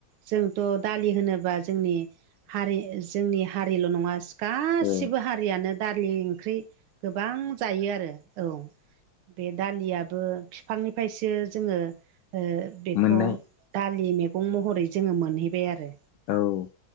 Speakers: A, on the right (about 85°); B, on the left (about 80°).
A: जोंथ' दालि होनोबा जोंनि हारि जोंनि हारिल' नङा गासिबो
B: औ
A: हारियानो दालि ओंख्रि गोबां जायो आरो औ। बे दालियाबो बिफांनिफ्रायसो जोङो ओ बेखौ
B: मोननाय
A: दालि मेगं महरै जोङो मोनहैबाय आरो।
B: औ।